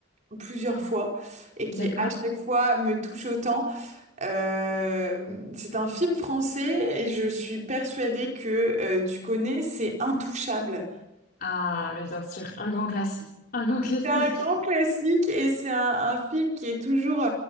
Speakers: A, on the right (about 40°); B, on the left (about 50°).
A: plusieurs fois et qui
B: D'accord.
A: à chaque fois me touche autant, euh, c'est un film français et je suis persuadée que euh, tu connais, c'est Intouchable.
B: Ah, mais bien sûr, un grand classique. Un grand classique.
A: C'est un grand classique et c'est un, un film qui est toujours,